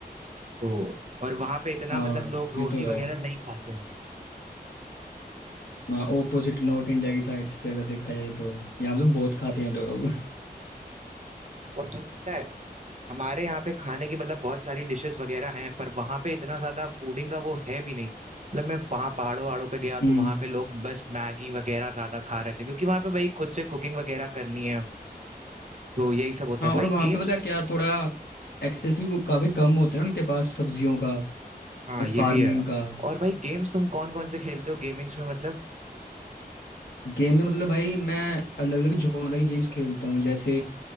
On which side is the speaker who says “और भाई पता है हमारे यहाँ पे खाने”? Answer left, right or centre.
Right